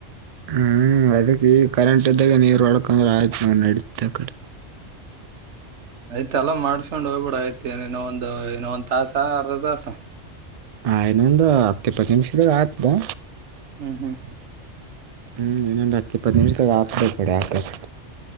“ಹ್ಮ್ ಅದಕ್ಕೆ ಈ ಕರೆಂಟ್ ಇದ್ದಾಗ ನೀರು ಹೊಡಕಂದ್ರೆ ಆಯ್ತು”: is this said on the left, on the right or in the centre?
Right